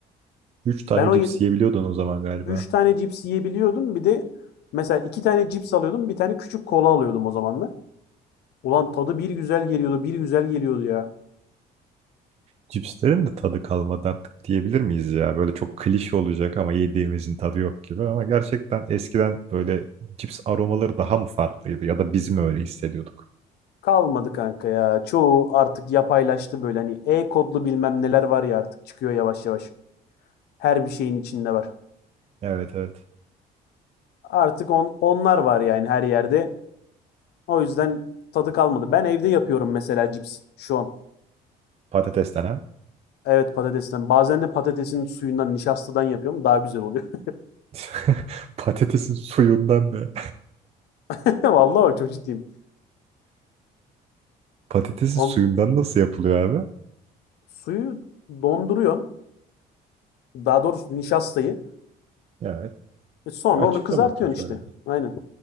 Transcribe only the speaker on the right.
Üç tane
cips yiyebiliyordun o zaman galiba.
Cipslerin de tadı kalmadı artık diyebilir miyiz ya? Böyle çok klişe olacak ama yediğimizin tadı yok gibi. Ama gerçekten eskiden böyle cips aromaları daha mı farklıydı ya da biz mi öyle hissediyorduk?
Evet evet.
Patatesten ha?
<laughs> Patatesin suyundan da.
Patatesin
suyundan nasıl yapılıyor abi?
Evet.
Bir açıkla
bakayım şöyle
bir.